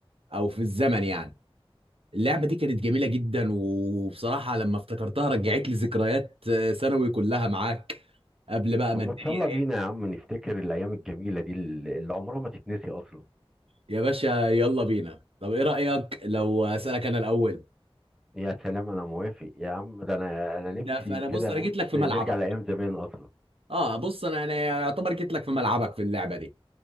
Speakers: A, on the right (about 70°); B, in the centre.
A: او في الزمن يعني اللعبة دي كانت جميلة جدا وبصراحة لما افتكرتها رجعت لي ذكريات آه، ثانوي كلها معاك قبل بقى ما
B: طب ما
A: الدنيا
B: تشالله
A: ايه
B: بينا يا عم نفتكر الأيام الجميلة دي اللي اللي عمرها ما تتنسي أصلا
A: يا باشا يلا بينا طب ايه رأيك لو اسألك انا الاول
B: يا سلام أنا موافق يا عم ده أنا أنا نفسي
A: ده فانا
B: كده
A: بص انا
B: بص
A: جيت لك في ملعبك
B: نرجع لأيام زمان أصلا
A: اه بص انا انا يعتبر جيت لك في ملعبك في اللعبة دي